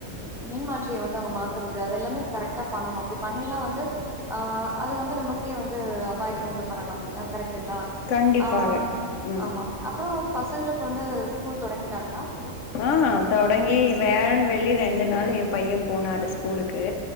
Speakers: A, in the centre; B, on the left.
A: மின் மாற்றிய வந்து அவ்ங்க மாத்துறது அதெல்லாமே கரெக்ட் டா பண்ணனு அப்டி பண்ணல்னா வந்து ஆ அது வந்து நமக்கே வந்து அபாயத்த உண்டு பண்ணலா ஆ கரெக்டுங்களா
B: கண்டிப்பாக
A: ஆ
B: ம்
A: ஆமா அப்புறோ வந்து பசங்களுக்கு வந்து ஸ்கூல் தொடங்கிட்டாங்களா
B: ஆ தொடங்கி வியாழன் வெள்ளி ரெண்டு நாளு ஏன் பையன் போனாரு ஸ்கூலுக்கு